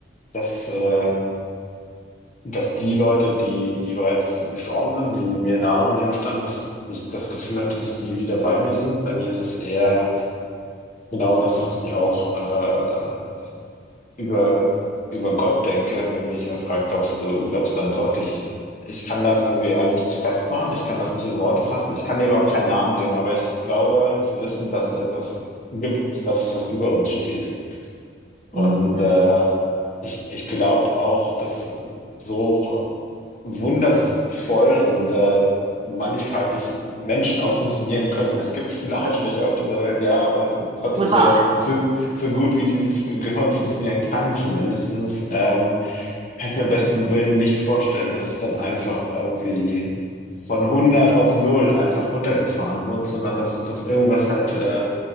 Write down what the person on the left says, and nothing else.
dass, äh, dass die Leute, die, die bereits gestorben sind, die mir nahe im Leben standen, dass ich das Gefühl hatte, dass die wieder bei mir sind. Bei mir ist es eher genau das, was ich auch äh, über, über Gott denke, wenn mich jemand fragt, glaubst du, glaubst du an Gott? Ich, ich kann das irgendwie an nichts festmachen, ich kann das nicht in Worte fassen, ich kann dem auch keinen Namen geben, aber ich glaube zu wissen, dass es etwas gibt, was, was über uns steht. Und
äh, ich, ich glaube auch, dass so wundervoll und äh, mannigfaltig Menschen auch funktionieren können. Es gibt viele Arschlöcher auf dieser Welt, ja, aber es ist trotzdem
so,
so, so gut wie dieses Gehirn funktionieren kann, zumindestens, ähm, kann ich mir besten Willen nicht vorstellen, dass es dann einfach irgendwie von 100 auf 0 einfach runtergefahren wird, sondern dass, dass irgendwas halt äh,